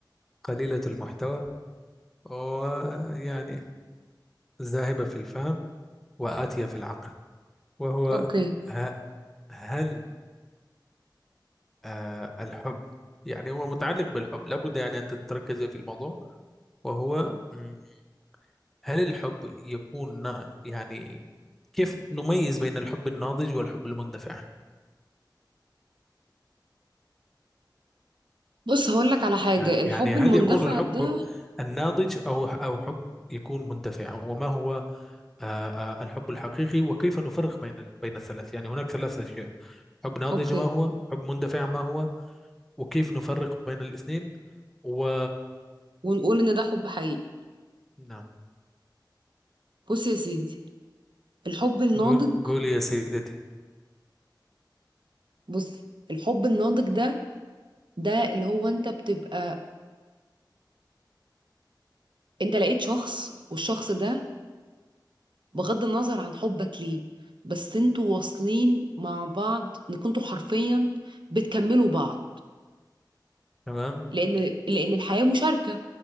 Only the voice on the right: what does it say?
اوكي
بص هقولك على حاجة
الحب
المندفع
ده
اوكي
ونقول ان ده حب حقيقي
بص يا سيدي الحب الناضج
بص الحب الناضج ده ده اللي هو انت بتبقى انت لقيت شخص والشخص ده بغض النظر عن حبك ليه بس انتوا واصلين مع بعض ان كنتوا حرفيا بتكملوا بعض
لان لان الحياة مشاركة